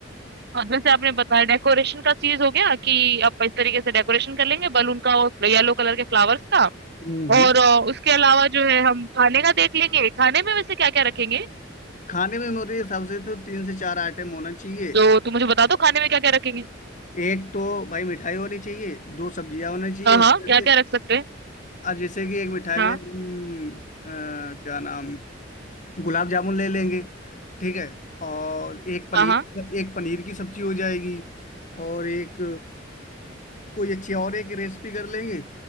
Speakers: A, on the right (about 60°); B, on the left (about 40°).
A: जैसे आपने बताया डेकोरेशन का चीज़ हो गया कि आप इस तरीके से डेकोरेशन कर लेंगे बलून का और येलो कलर के फ्लावर्स का
B: हम्म।
A: और
B: हम्म।
A: अ, उसके अलावा जो है हम खाने का देख लेंगे। खाने में वैसे क्या-क्या रखेंगे?
B: खाने में मेरे हिसाब से तो तीन से चार आइटम होना चाहिए
A: तो तुम मुझे बता दो खाने में क्या-क्या रखेंगे?
B: एक तो भाई मिठाई होनी चाहिए दो सब्जियां होनी चाहिए
A: हाँ,
B: उसमें
A: हाँ, क्या-क्या रख सकते हैं?
B: और जैसे कि एक मिठाई
A: हाँ,
B: में हम्म, अ, क्या नाम गुलाब जामुन ले लेंगे ठीक है और एक पनीर
A: हाँ, हाँ,
B: एक पनीर की सब्जी हो जाएगी और एक कोई अच्छी और एक रेसिपी कर लेंगे